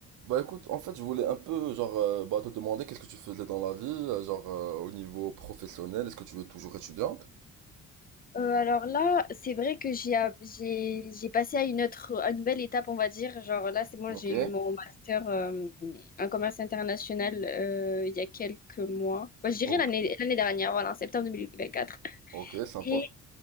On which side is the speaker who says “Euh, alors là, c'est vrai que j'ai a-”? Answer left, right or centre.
Left